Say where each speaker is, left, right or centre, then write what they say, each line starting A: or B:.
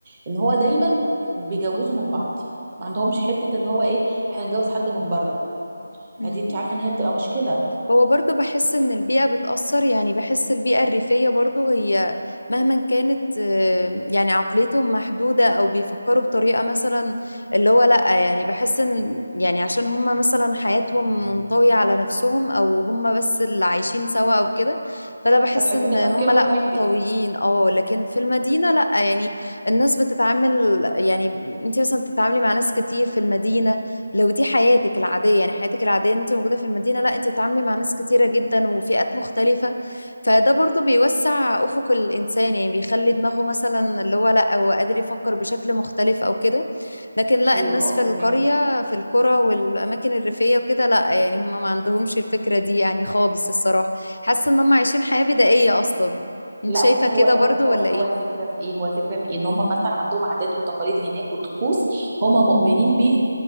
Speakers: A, on the right; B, on the left.
A: ان هو دايما بيجوزوا من بعض ما عندهمش حته ان هو ايه احنا نجوز حد من بره
B: أم،
A: فدي انت عارفه ان هي بتبقى مشكله
B: هو برضو بحس ان البيئة بتأثر يعني بحس البيئة الريفية برضو هي مهما كانت آه، يعني عقليتهم محدودة او بيفكروا بطريقة مثلا اللي هو لأ يعني بحس ان يعني عشان هم مثلا حياتهم منطوية على نفسهم او هم بس اللي عايشين سوا او كده فانا بحس
A: فتحس
B: ان
A: ان
B: هم
A: تفكيرهم
B: لأ منطويين
A: واحد
B: اه لكن في المدينة لأ يعني الناس بتتعامل يعني انت مثلا بتتعاملي مع ناس كتير في المدينة لو دي حياتك العادية يعني حياتك العادية انت موجودة في المدينة لا انت بتتعاملي مع ناس كتيرة جدا وفئات مختلفة فده برضو بيوسع أفق الإنسان يعني بيخلي دماغه مثلا اللي هو لا هو قادر يفكر بشكل مختلف أو كده لكن لا
A: ايوه
B: الناس
A: اه
B: في
A: فهمك
B: القرية في القرى والأماكن الريفية وكده لا يعني هم ما عندهمش الفكرة دي يعني خالص الصراحة حاسة ان هم عايشين حياة بدائية أصلا انت
A: لا
B: شايفة
A: بصي
B: كده
A: هو
B: برضو
A: هو هو
B: ولا
A: هو
B: ايه؟
A: الفكره في ايه هو الفكره في ايه ان هم مثلا عندهم عادات وتقاليد هناك وطقوس هم مؤمنين بيها